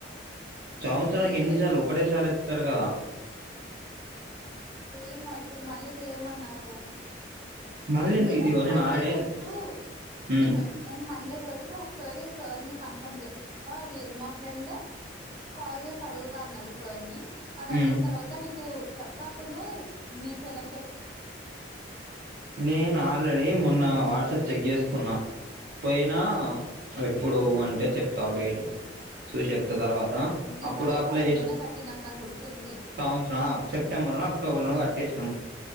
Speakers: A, on the right (about 55°); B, on the right (about 25°).
A: సంవత్సరానికి
B: లేదు
A: ఎన్నిసార్లు ఒటే సరి ఇత్తరు కదా
B: ఏమో ఇప్పుడు మళ్ళీ చేయమన్నారు
A: మళ్ళీ ఎందుకు
B: నేను
A: ఇగో
B: మండే
A: ఆల్రెడీ
B: రోజు
A: ఉమ్,
B: విను విను నేను మండే రోజు సో ఒకసారి సార్ ని కన్ఫర్మ్ చే లేదు మా ఫ్రెండ్ కాల్ చేసి అడుగుతా అన్నది సార్ ని అది అడిగిన
A: ఉమ్.
B: తర్వాత నీకు అప్పునూ మీ చెల్ల.
A: నేనాల్రెడీ మొన్న వాట్సాప్ చెక్ జేసు. కున్నా. పోయినా, ఎప్పుడు అంటే చెప్తావు డేటు, చూసి ఎప్. త తర్వాత
B: దివాళీ
A: అప్పుడప్లై
B: టైమ్
A: జేసిన
B: లోనే కట్టినాం నాకు గుర్తుంది
A: సంవత్సర ఆ సెప్టెంబర్ లో అక్టోబర్ లో కట్టేసి. నమ్.